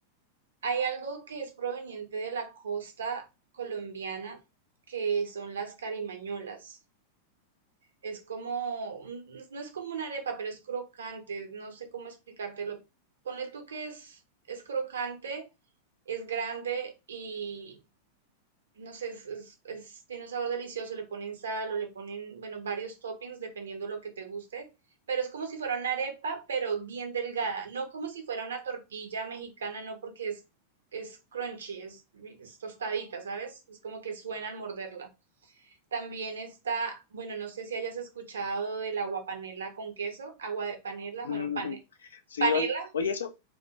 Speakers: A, on the right (about 70°); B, on the left (about 70°).
A: Hay algo que es proveniente de la costa colombiana, que son las carimañolas. Es como, un- no es como una arepa, pero es crocante, no sé cómo explicártelo. Ponle tú que es, es crocante, es grande y no sé, es, es- es- tiene un sabor delicioso, le ponen sal o le ponen, bueno, varios toppings dependiendo lo que te guste, pero es como si fuera una arepa, pero bien delgada, no como si fuera una tortilla mexicana, no porque es, es crunchy, es, es tostadita, ¿sabes? Es como que suena al morderla. También está, bueno, no sé si hayas escuchado del agua panela con queso, agua de panela,
B: Mm,
A: bueno, pane-
B: Sí,
A: panela,
B: oye, oye, eso,